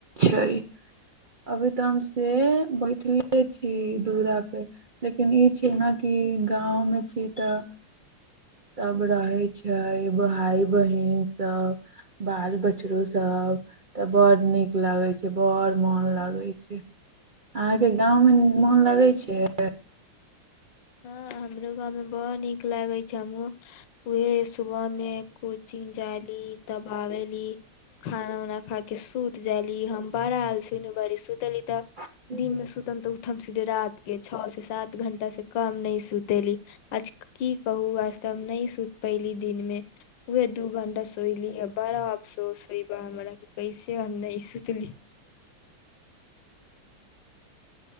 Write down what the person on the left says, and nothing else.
हँ हमरो गाँव में बड़ नीक लागैत छैय हमहू उहे सुबह मे कोचिंग जाली तब आबेली खाना उना खा के सूत जाली हम बड़ा आलसीन बारी सु चली तऽ
दिन मे सुतम तऽ उठम सीधे रात के छौ से सात घंटा से काम नहि सूतेली आज की कहू आज त हम नहि सुत पहिली दिनमे उहे दू घण्टा सोइली बारा आफसोस होइ हमरा के कैसे हम नहि सुतली